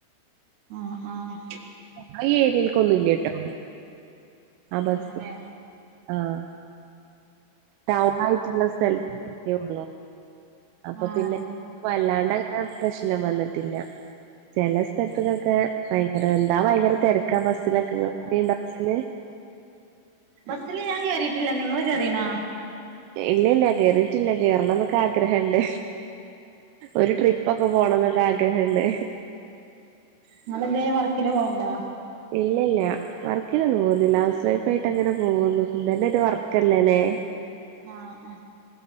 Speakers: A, on the right; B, on the right.
A: ആഹ് ആഹ്
B: ആഹ് ഏരിയൽക്കൊന്നുല്ലട്ടോ ആഹ്
A: അങ്ങനെല്ലേ
B: ബസ്സ് ആഹ് ടൗൺ ആയിട്ടുള്ള സ്ഥലത്തക്കള്ളു അപ്പൊ
A: ആഹ്
B: പിന്നെ വല്ലാണ്ട്ങ്ങനെ പ്രശ്നം വന്നിട്ടില്ല. ചെല സ്ഥലത്തക്കൊക്കെ ഭയങ്കര എന്താ ഭയങ്കര തിരക്കാ ബസ്സിലൊക്കെ ഇങ്ങള് കേറീണ്ടൊ ആഹ് ബസ്സില്
A: ബസ്സില് ഞാൻ കേറുട്ടില്ല നിങ്ങള് കയറീനാ?
B: ഇല്ല ഇല്ല കേയറിയിട്ടില്ല കേറണം. കാഗ്രഹണ്ട് ഒരു ട്രിപ്പൊക്കെ പോണം എന്നൊക്കെ ആഗ്രഹുണ്ട്
A: നിങ്ങളെന്തയാ വർക്കിന് പോകണ്ടാ?
B: ഇല്ലല്ല വർക്കിനൊന്നും പോകുന്നില്ല ഹൗസ് വൈഫ് ആയിട്ട് അങ്ങനെ പോകുന്നു ഇതന്നെ ഒരു വർക്ക് കല്ലേലേ
A: ആഹ് ആഹ്